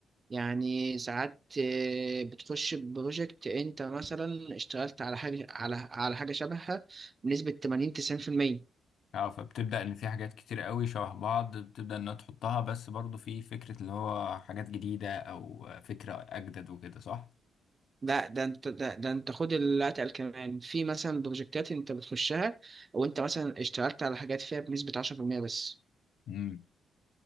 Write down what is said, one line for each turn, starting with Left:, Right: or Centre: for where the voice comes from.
Right: يعني ساعات آه، بتخش ببروجكت انت مثلا اشتغلت على حاجة على على حاجة شبهها بنسبة 80 90%
Left: اه فبتبدأ إن في حاجات كتير أوي شبه بعض بتبدأ إنها تحطها بس برضه في فكرة اللي هو حاجات جديدة أو فكرة أجدد وكده صح؟
Right: لا ده انت ده, ده انت خد اللي اتقل كمان في مثلا بروجكتات انت بتخشها وانت مثلا اشتغلت على حاجات فيها بنسبة 10% بس
Left: امم